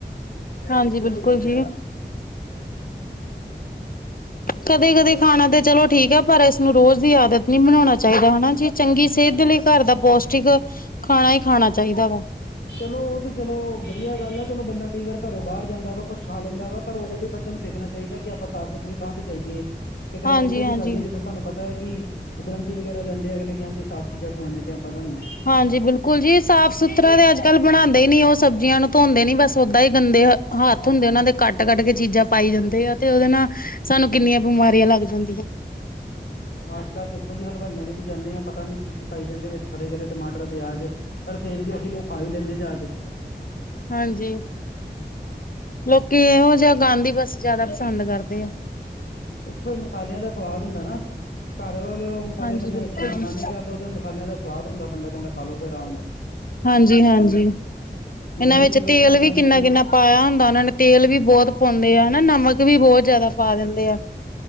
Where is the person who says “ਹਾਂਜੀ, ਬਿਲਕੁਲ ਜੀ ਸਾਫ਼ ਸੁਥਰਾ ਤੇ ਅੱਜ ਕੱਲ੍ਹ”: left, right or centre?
Left